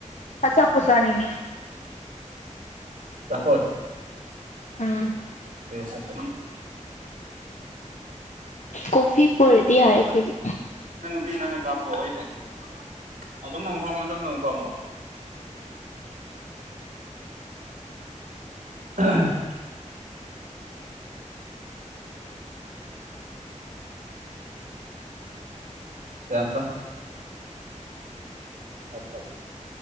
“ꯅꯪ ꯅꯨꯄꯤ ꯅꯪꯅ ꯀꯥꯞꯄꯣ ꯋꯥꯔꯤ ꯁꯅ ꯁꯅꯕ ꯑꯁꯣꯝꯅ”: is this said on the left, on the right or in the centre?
Right